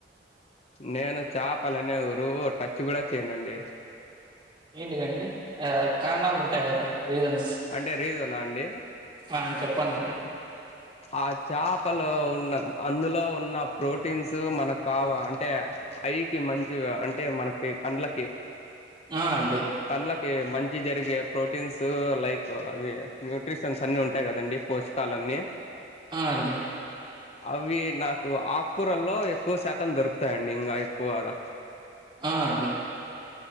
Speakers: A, on the left (about 35°); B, on the right (about 30°).
A: నేను చాపలనే ఊరు టచ్ కూడా చేయనండి
B: ఏంటికండి ఆ కారణాలు ఉంటాయి కదండి రీజన్స్
A: అంటే రీజనా అండి
B: ఆ చెప్పనండి
A: ఆ చేపలో ఉన్న అందులో ఉన్న ప్రోటీన్స్ మనకు కావ అంటే ఐకి మంచిగ అంటే మనకి కండ్లకి
B: ఆ అండి
A: కంళ్డ్లకి మంచి జరిగే ప్రోటీన్స్ లైక్ అవి న్యూట్రిషన్స్ అన్ని ఉంటాయి కదండి పోస్కాలన్నీ
B: అ అండి
A: అవి నాకు ఆకుకూరల్లో ఎక్కువ శాతం దొరుకుతాయంండి ఇంకా ఎక్కువగా
B: ఆ అండి